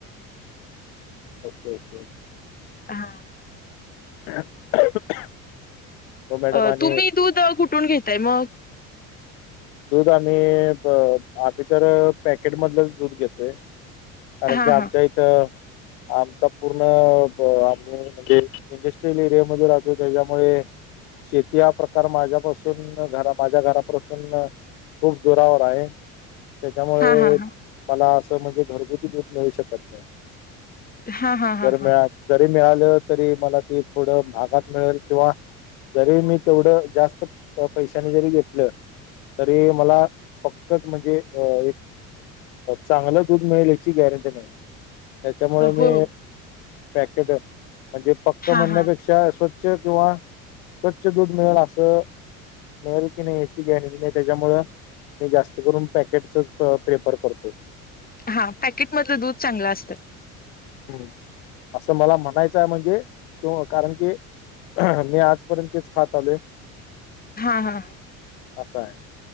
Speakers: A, on the left; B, on the left.
A: <inaudible>
B: Okay okay.
A: हा.
B: <unintelligible> हो मॅडम
A: अ
B: आणि
A: तुम्ही दूध कुठून घेताय मग?
B: दूध आम्ही अ आम्ही तर पॅकेटमधलंच दूध घेतोय. कारण
A: हा
B: की आमच्या
A: हा
B: इथं आमचा पूर्ण आम्ही म्हणजे इंडस्ट्रीयल एरियामध्ये राहतो त्याच्यामुळे शेती हा प्रकार माझ्यापासून घरा माझ्या घरापासून खूप दुरावर आहे त्याच्यामुळे
A: हा हा हा
B: मला असं म्हणजे घरगुती दूध मिळू शकत नाही
A: हा हा हा
B: जर
A: हा
B: मिळा जरी मिळालं तरी मला ती थोडं महागात मिळेल किंवा जरी मी तेवढं जास्त पैशानी जरी घेतलं तरी मला फक्कच म्हणजे अ एक चांगलं दूध मिळेल याची गॅरंटी नाही त्याच्यामुळे मी
A: हो
B: पॅकेट म्हणजे पक्क
A: हा
B: म्हणण्यापेक्षा
A: हा
B: स्वछ छ किंवा स्वच्छ दूध मिळेल असं मिळेल कि नाही ह्याची गॅरंटी नाई त्याच्यामुळं मी जास्त करून पॅकेटच प्रेफर करतो.
A: हा पॅकेट मधलं दूध चांगलं असतं.
B: हम्म. असं मला म्हणायचं आहे म्हणजे कारण की मी आजपर्यंत तेच खात आलोय.
A: हा हा हा.
B: असाय